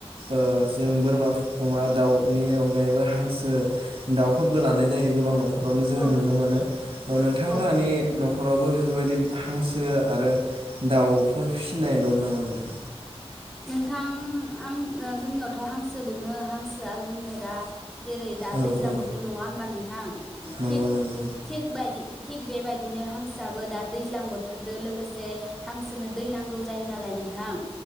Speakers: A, on the right; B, in the centre.
A: ओ जों बोरमा अमा दाउनि अनगायैबो हांसो दाउफोरबो लानाय जायो गोबां न'खरावनो जोङो
B: औ
A: नुनो मोनो ओ नोंथांलाानि
B: औ
A: न'ख खरावबो बेफोरबायदि हांसो आरो दाउफोर फिसिनाय दं नामा नोंथां?
B: नोंथां आं ओ जोंनियावथ' हांसो दोङो हांसोआ जोंनो दा जेरै दा
A: औ
B: दैज्लां
A: औ
B: बोथोर नङा होनबा नोंथां
A: नंगौ
B: थिग
A: नंगौ
B: ओं थिग बायदि थिग बेबायदिनो हांसोआबो दा दैज्लां बोथोरदो लोगोसे हांसोनो दै नांगौ जायो नालाय नोंथां।